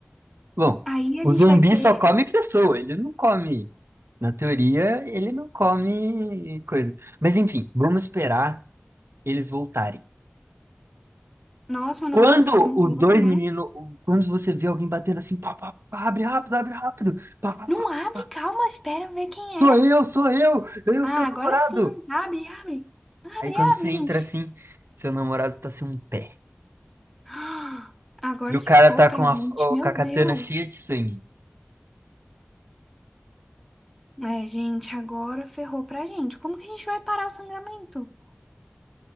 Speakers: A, on the right (about 80°); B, in the centre.
A: Bom,
B: Aí a
A: o
B: gente
A: zumbi
B: vai ter.
A: só come pessoa, ele não come. Na teoria, ele não come coisa. Mas enfim, vamos esperar eles voltarem.
B: Nossa, meu
A: Quando
B: namorado tá demorando,
A: os dois
B: né?
A: meninos, quando você vê alguém batendo assim, pá, pá, pá, abre rápido, abre rápido, pá, pá,
B: Não
A: pá,
B: abre,
A: pá,
B: calma, espera ver quem
A: sou
B: é.
A: eu, sou eu, eu,
B: Ah,
A: seu namorado.
B: agora sim. Abre, abre. Abre,
A: Aí quando você
B: abre, gente.
A: entra assim, seu namorado tá sem um pé.
B: <gasps> Ah, Agora
A: E o
B: ferrou
A: cara tá
B: pra
A: com
B: gente,
A: a, o-
B: meu
A: com a katana
B: Deus.
A: cheia de sangue.
B: É, gente, agora ferrou pra gente. Como que a gente vai parar o sangramento?